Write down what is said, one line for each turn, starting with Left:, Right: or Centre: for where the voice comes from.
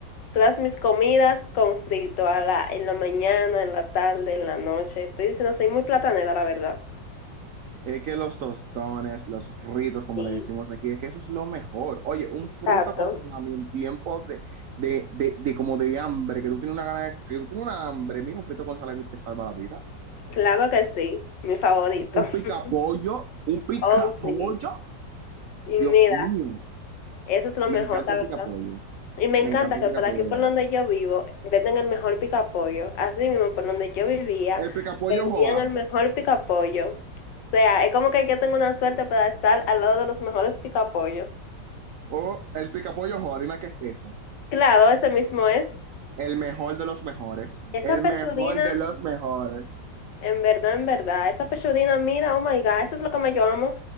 Left: todas mis comidas con frito a la, en la mañana, en la tarde, en la noche. Estoy diciendo, soy muy platanera, la verdad.
Right: Es que los tostones, los fritos, como
Left: Sí,
Right: le decimos aquí, es que eso es lo mejor. Oye, un
Left: exacto.
Right: frito con salami en tiempos de, de, de, de como de hambre, que tú tienes una gana de- que tú tienes una hambre. Mira, un frito con salami te salva la vida.
Left: Claro que sí, mi favorito.
Right: Un picapollo,
Left: <laughs>
Right: un picapollo.
Left: Oh, sí. Y
Right: Dios
Left: mira,
Right: mío,
Left: eso es lo
Right: me
Left: mejor,
Right: encanta
Left: la
Right: el
Left: verdad.
Right: picapollo.
Left: Y me encanta
Right: Me encanta el
Left: que
Right: picapollo,
Left: por aquí,
Right: la
Left: por
Right: verdad.
Left: donde yo vivo, venden el mejor picapollo. Así mismo, por donde yo vivía,
Right: El picapollo
Left: vendían
Right: Joa,
Left: el mejor picapollo. O sea, es como que yo tengo una suerte para estar al lado de los mejores picapollos.
Right: o el picapollo Joa, dime qué es eso.
Left: Claro, ese mismo es.
Right: El mejor de los mejores.
Left: Esa
Right: El
Left: pechudina
Right: mejor de los mejores.
Left: En verdad, en verdad, esa pechudina, mira, oh my god, eso es lo que me yo amo,